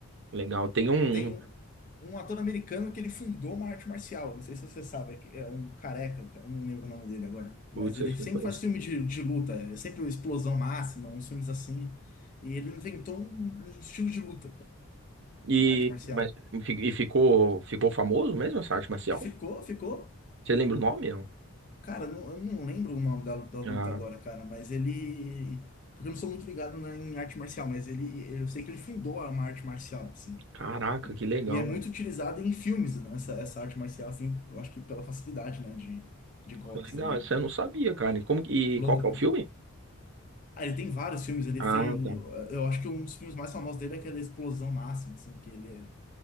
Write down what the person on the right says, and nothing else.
Legal. Tem um.
um,
Putz,
esse eu
não conheço.
E,
mas, e ficou, ficou famoso mesmo essa arte marcial?
Você lembra o nome? Não?
Ah,
caraca, que legal,
né?
Pô, Legal,
isso eu não sabia, cara. E, como, que-
e qual que
é o filme?
Ah,
tá.